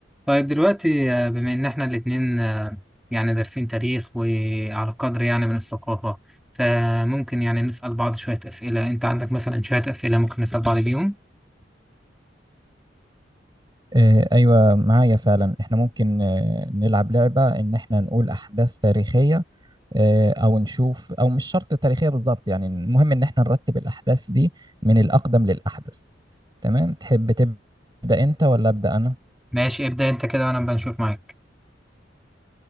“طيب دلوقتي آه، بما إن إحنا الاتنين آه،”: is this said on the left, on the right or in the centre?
Centre